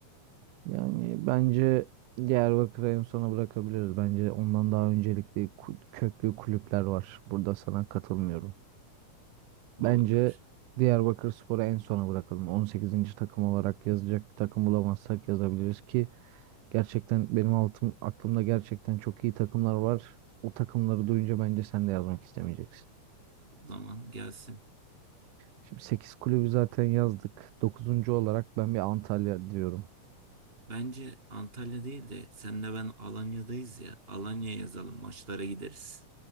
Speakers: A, on the right; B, on the right.
A: Yani bence Diyarbakır'ı en sona bırakabiliriz. Bence ondan daha öncelikli kul- köklü kulüpler var. Burada sana katılmıyorum.
B: Olabilir.
A: Bence Diyarbakırspor'u en sona bırakalım. On sekizinci takım olarak yazacak bir takım bulamazsak yazabiliriz ki gerçekten benim altım, aklımda gerçekten çok iyi takımlar var. O takımları duyunca bence sen de yazmak istemeyeceksin.
B: Zaman gelsin.
A: Şimdi 8 kulübü zaten yazdık. Dokuzuncu olarak ben bir Antalya diyorum.
B: Bence Antalya değil de senle ben Alanya'dayız ya. Alanya yazalım maçlara gideriz.